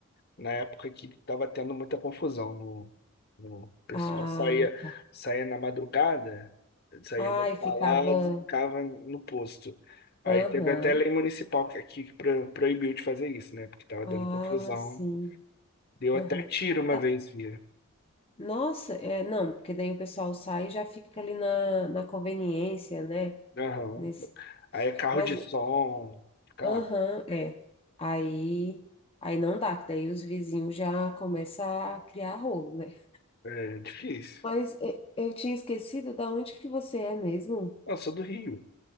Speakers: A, on the left; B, on the left.
A: na época que estava tendo muita confusão no, no o pessoal
B: Ah,
A: saía
B: tá.
A: saía na madrugada, saía
B: Ai,
A: das
B: ficava.
A: baladas e ficava no posto. Aí
B: Aham.
A: teve até lei municipal que aqui que pro- proibiu de fazer isso, né? Porque estava
B: Ah,
A: dando confusão.
B: sim.
A: Deu
B: Aham.
A: até tiro uma
B: Ah,
A: vez, via.
B: Nossa, é, não, porque daí o pessoal sai e já fica ali na, na conveniência, né?
A: Aham.
B: Nesse,
A: Aí é carro
B: mas,
A: de som, fica
B: aham,
A: lá.
B: é. Aí, aí não dá, que daí os vizinhos já começam a criar rolo, né?
A: É difícil.
B: Mas é, eu tinha esquecido da onde que você é mesmo?
A: Eu sou do Rio.